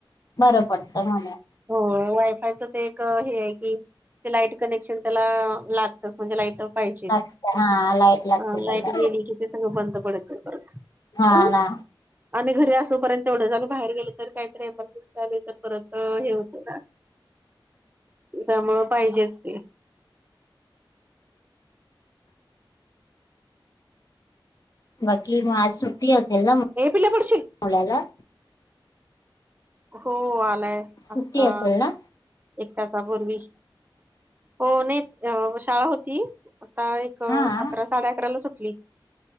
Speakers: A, on the left; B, on the right.
A: बरं पडतं म्हणून
B: हो वायफायच ते एक, हेय की ते लाईट कनेक्शन त्याला, लागतच म्हणजे लाईट पाहिजेच,
A: लागत हा लाईट
B: हा
A: लागते त्याला
B: लाईट गेली की ते सगळं बंद पडतय परत
A: हा ना
B: आणि घरी असोपर्यंत तेवढंच आणि बाहेर गेलो तर काहीतरी मग आले तर परत अं हे होतंय ना त्यामुळं पाहिजेच ते
A: बाकी, मग आज सुट्टी असेल ना? मुलाला
B: ए पिल्या पडशील हो, आलाय
A: सुट्टी
B: आत्ता
A: असेल ना
B: एक तासापूर्वी, हो नाही शाळा होती आता एक, अकरा
A: हा
B: साडे अकरा ला सुटली